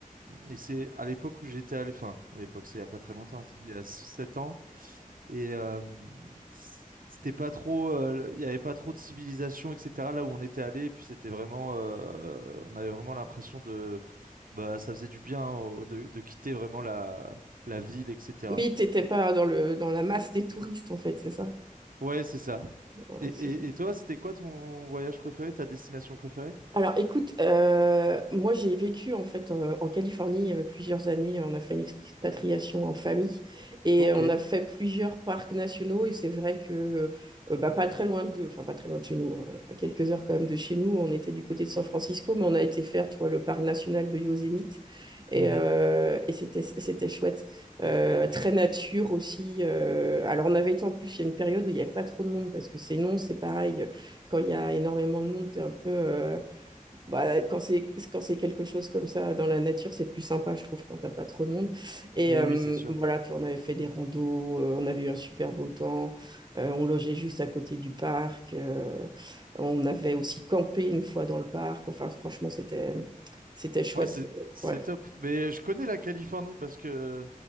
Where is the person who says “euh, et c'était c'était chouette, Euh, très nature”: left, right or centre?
Right